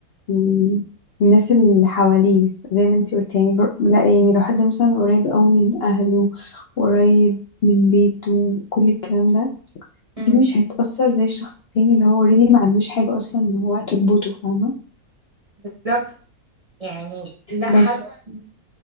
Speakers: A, on the left (about 65°); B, on the right (about 40°).
A: مم. الناس اللي حواليه زي ما انتي قلت يعني بر... لا يعني لو حد مثلا قريب قوي من اهله وقريب من بيته كل الكلام ده
B: امم
A: اكيد مش هيتأثر زي الشخص التاني اللي هو اوريدي ما عندوش حاجة اصلا ان هو تربطه فاهمة
B: بالظبط يعني لا
A: بس
B: حاسه بس.